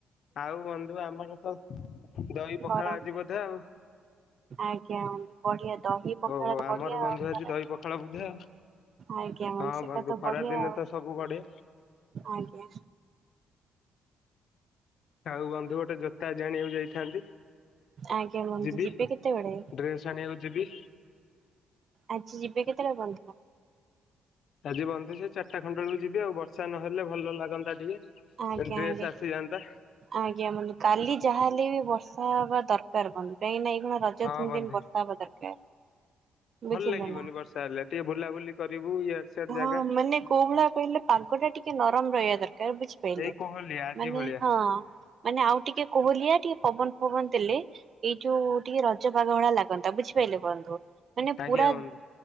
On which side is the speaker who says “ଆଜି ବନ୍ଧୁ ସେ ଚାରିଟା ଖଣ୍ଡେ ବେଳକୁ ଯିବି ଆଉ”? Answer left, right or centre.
Left